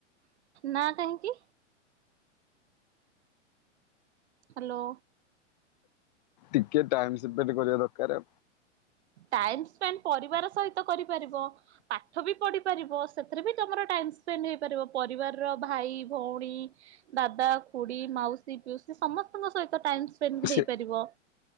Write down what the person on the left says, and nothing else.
ଟିକେ ଟାଇମ୍ ସେପେଣ୍ଡ କରିବା ଦରକାର।
ସେ